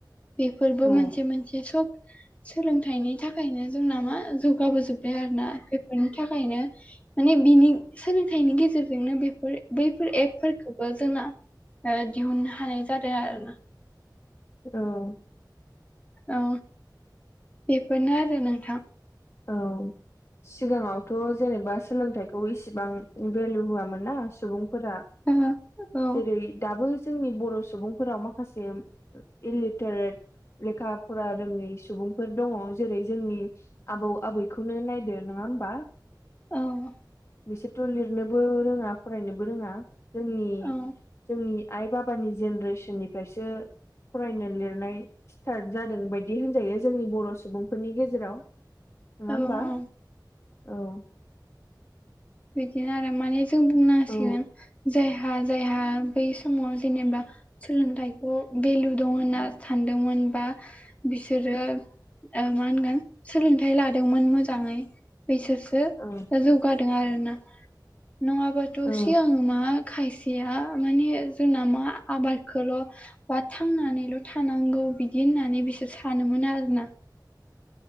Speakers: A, on the left (about 20°); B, on the left (about 40°).
A: बेफोरबो
B: औ
A: मोनसे मोनसे सब सोलोंथाइनि थाखायनो जोंना मा जौगाबोजोब्बाय आरो ना बेफोरोनि थाखायनो माने बिनि सोलोंथाइनि गेजेरजोंनो बेफोर बैफोर एपफोरखौबो जोंना दिहुननो हानाय जादों आरो ना
B: औ
A: औ बेफोरनो आरो नोंथां।
B: औ सिगाङावथ' जेनेबा सोलोंथाइखौ इसिबां भेलु होआमोन ना सुबुंफोरा।
A: ओ औ
B: जेरै दाबो जोंनि बर' सुबुंफोराव माखासे इलिटारेट लेखा फरा रोङै सुबुंफोर दङ जेरै जोंनि आबौ आबैखौनो नायदो नङा होमबा।
A: औ
B: बिसोरथ' लिरनोबो रोङा फरायनोबो रोङा। जोंनि
A: औ
B: जोंनि आइ बाबानि जेनेरेसननिफ्रायसो फरायनो लिरनाय स्टार्ट जादों बायदि होनजायो जोंनि बर' सुबुंफोरनि गेजेराव। नङा
A: औ
B: होमबा?
A: औ
B: औ
A: बिदिनो आरो माने जों बुंनांसिगोन
B: औ
A: जायहा जायहा बै समाव जेनेबा सोलोंथाइखौ भेलु दं होनना सानदोंमोन बा बिसोरो ओ मा होनगोन सोलोंथाइ लादोंमोन मोजाङै बैसोरसो
B: औ
A: दा जौगादों आरोना। नङाबाथ'
B: औ
A: सिगां मा खायसेया माने जोंना मा आबादखौल' बा थांनानैल' थानांगौ बिदि होननानै बिसोर सानोमोन आरोना